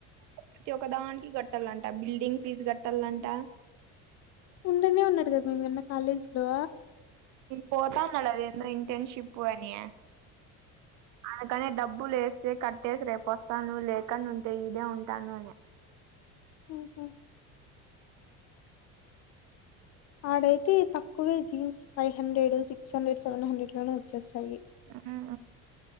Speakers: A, on the right (about 60°); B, on the left (about 50°).
A: ప్రతి ఒదానికి కట్టాలంట, బిల్డింగ్ ఫీజు కట్టాలంట.
B: ఉండనే ఉన్నాడు కదా మే మీ అన్న కాలేజీ లో
A: పోతా ఉన్నల్ల అదేందో ఇంటెన్షిప్పుని అందుకనే డబ్బు లేస్తే కట్టేసి రేపు వస్తాను. లేకండా ఉంటే ఇడే ఉంటాను. అని
B: హు హు ఆడైతే తక్కువే jeans five hundred six, hundred seven, hundred లోనే వచ్చేస్తాయి.
A: ఆ ఆ